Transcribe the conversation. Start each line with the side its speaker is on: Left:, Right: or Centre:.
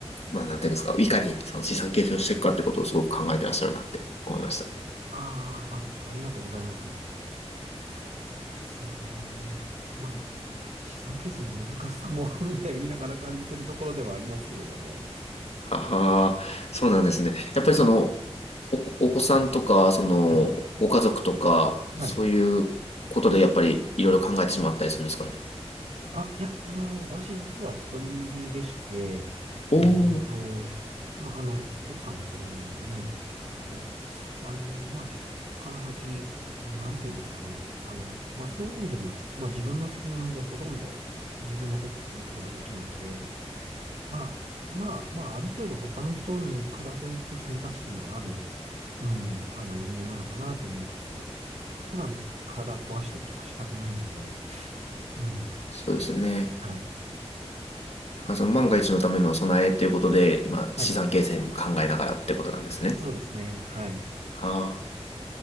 Left: まあ、なんていうんですか、いかにその資産形成をしていくかってことをすごく考えてらっしゃるなって思いました。
Right: ああ、あ、ありがとうございます。そうですよね。まあ資産形成の難しさも <laughs> いや、<laughs> やりながら感じてるところではありますけれども。
Left: ああ、そうなんですね。やっぱりその、お、お子さんとか、その、
Right: はい。
Left: ご家族とか、
Right: はい。
Left: そういうことでやっぱりいろいろ考えてしまったりするんですかね。
Right: あ、いや、あの、私実は一人身でして、
Left: おお。
Right: えっと、まあ、あの、奥さんも子供もいないんですけれども、あの、まあ、ちょっとこっから先、なんていうんですかね。あの、まあ、そういう意味でも、まあ、自分の責任でほとんど自分のことをすることができるので、まあ、まあ、まあ、ある程度他の人に比べると選択肢のある、うん、あの人間なのかなと思いつつ、ただ、体壊したりとかしたくないんで、うん、
Left: そうですよね。
Right: はい。
Left: だからその万が一のための備えということで、今、
Right: はい。
Left: 資産形成も考えながらってことなんですね。
Right: そうですね、はい。
Left: ああ、